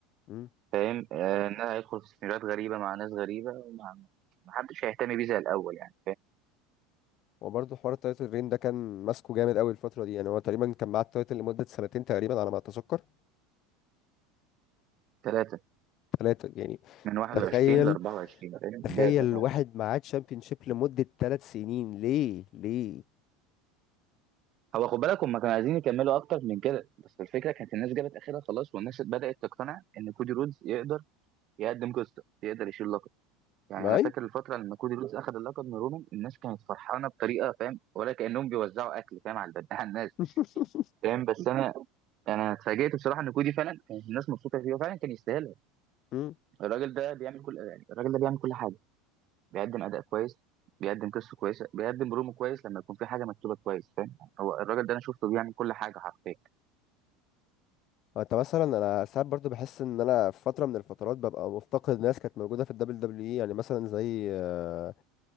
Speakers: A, on the left; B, on the right.
A: امم
B: فاهم آه ان هيدخل في سيناريوهات غريبه مع ناس غريبه ومع محدش هيهتم بيه زي الاول يعني
A: وبرضه حوار التايتل رين ده كان ماسكه جامد قوي الفترة دي يعني هو تقريبا كان معاه التايتل لمدة سنتين تقريبا على ما اتذكر
B: ثلاثة
A: ثلاثة يعني
B: من 21
A: تخيل
B: ل 24 فاهم
A: تخيل
B: ده بقى.
A: واحد معاه تشامبيون شيب لمدة ثلاث سنين ليه ليه
B: هو خد بالك هم كانوا عايزين يكملوا اكتر من كده بس الفكره كانت الناس جابت اخرها خلاص والناس بدات تقتنع ان كودي رودز يقدر يقدم قصه يقدر يشيل لقب يعني
A: معايا
B: انا فاكر الفتره لما كودي رودز اخذ اللقب من رومان الناس كانت فرحانه بطريقه فاهم ولا كانهم بيوزعوا اكل فاهم على البد- على الناس
A: <laughs>
B: فاهم بس انا انا اتفاجئت بصراحه ان كودي فعلا كانت الناس مبسوطه فيه وفعلا كان يستاهلها
A: مم.
B: الراجل ده بيعمل كل يعني الراجل ده بيعمل كل حاجه بيقدم اداء كويس بيقدم قصه كويسه بيقدم برومو كويس لما يكون في حاجه مكتوبه كويس فاهم هو الراجل ده انا شفته بيعمل كل حاجه حرفيا
A: انت مثلا انا ساعات برضو بحس ان انا في فتره من الفترات ببقى مفتقد ناس كانت موجوده في الدبليو دبليو اي يعني مثلا زي آه،